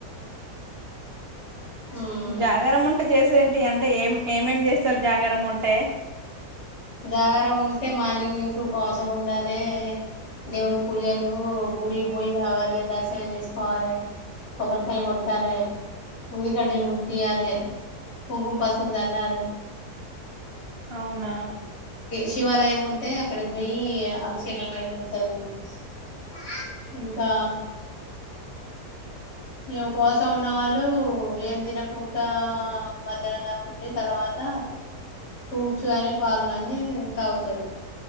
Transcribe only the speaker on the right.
జాగర ఉంటే చేసే ఏంటి అంటే ఏం ఏమేం చేస్తారు జాగర ఉంటే
అవునా